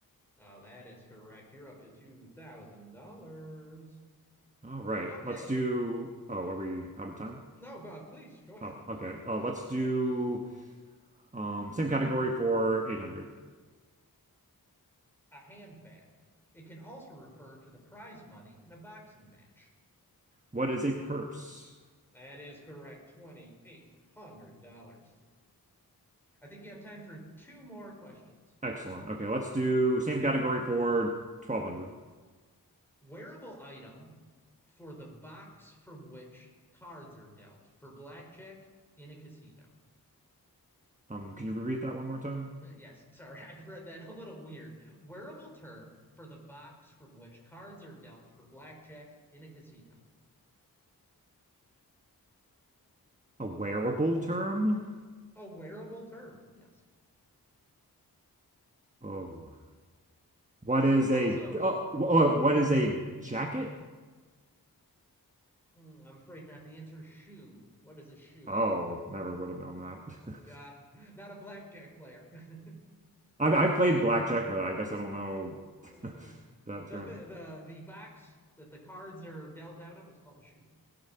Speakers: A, in the centre; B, on the right.
A: Oh, that is correct. You're up to two thousand dollars.
B: All right.
A: Okay.
B: Let's do. Oh, are we out of time?
A: No, but please go ahead.
B: Oh, okay. Uh, let's do um, same category for 800.
A: a handbag. It can also refer to the prize money in a boxing match.
B: What is a purse?
A: That is correct, $2,800. I think you have time for two more questions.
B: Excellent. Okay, let's do same category for 1200.
A: Wearable item for the box from which cards are dealt for blackjack in a casino. <laughs>
B: Um, can you repeat that one more time?
A: Yes, sorry, I read that a little weird. Wearable term for the box from which cards are dealt for blackjack in a casino.
B: A wearable term?
A: A wearable term, yes.
B: Oh, what
A: So
B: is
A: it's
B: a
A: also
B: oh, wh- oh, what is a jacket?
A: Mm, I'm afraid not. The answer is shoe. What is a shoe?
B: Oh, never would have known that.
A: Ah, not a blackjack player. <laughs>
B: <laughs> I, I played blackjack, but I guess I don't know
A: Oh yeah.
B: <laughs> that
A: The
B: term.
A: th the the box that the cards are dealt out of is called a shoe.